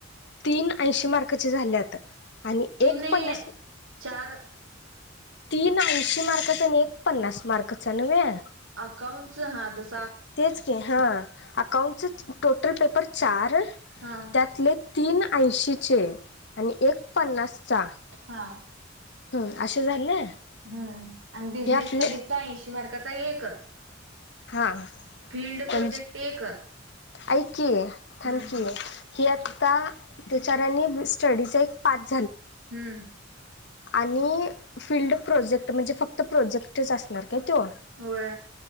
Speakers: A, on the left; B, on the right.
A: तीन ऐंशी मार्कचे झालेत आत्ता आणि
B: तीन
A: एक
B: नाही
A: पन्नास
B: चार
A: तीन ऐशी मार्काच आणि एक पन्नास मार्कच नव्हे? -
B: अकाउंट हो तस
A: तेच की हा अकाऊंटचे टोटल पेपर चार
B: हा
A: त्यातले तीन ऐंशीचे आणि एक पन्नासचा
B: हा
A: हम् असे झाले.
B: हम्म आणि बिझनेस
A: हे आपले
B: स्टडीज चा ऐंशी मार्कांचा एक
A: हा
B: फील्ड प्रोजेक्ट
A: त्या
B: एक
A: ऐक की
B: हम्म
A: थँक्यू. ही आता बिचऱ्यांनी स्टडीचा एक पाठ.
B: हम्म.
A: आणि फिल्ड प्रोजेक्ट म्हणजे फक्त प्रोजेक्टच असणार. काय तो
B: होय